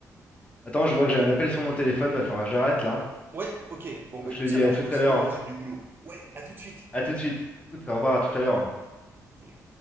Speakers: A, on the left; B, on the right.
A: Attends, je vois que j'ai un appel sur mon téléphone. Va falloir que j'arrête là.
B: Ouais, ok. Bon,
A: Donc
B: bah
A: je
B: écoute,
A: te dis
B: ça marche.
A: à tout
B: Moi,
A: à
B: ça
A: l'heure.
B: tombe
A: hein.
B: bien, j'ai du boulot. Ouais, à tout de suite.
A: À tout de suite. À tout, au revoir, à tout à l'heure.
B: Salut.